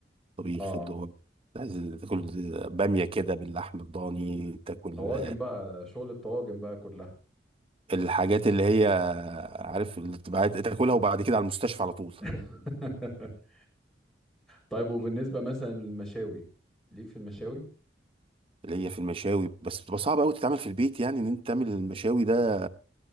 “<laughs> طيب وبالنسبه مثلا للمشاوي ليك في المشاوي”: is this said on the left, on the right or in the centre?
Centre